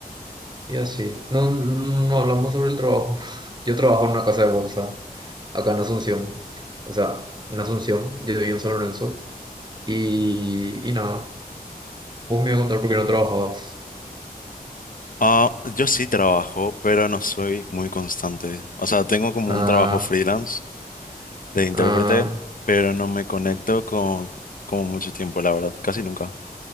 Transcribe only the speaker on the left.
Ah, yo sí trabajo, pero no soy muy constante. O sea, tengo como
un trabajo freelance de intérprete,
pero no me conecto con como mucho tiempo, la verdad, casi nunca.